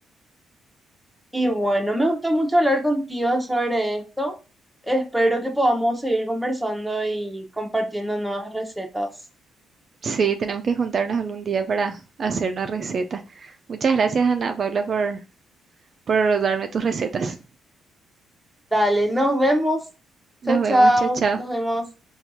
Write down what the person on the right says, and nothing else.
Sí, tenemos que juntarnos algún día para hacer una receta. Muchas gracias, Ana Paula, por, por darme tus recetas.
Nos
vemos, chao, chao.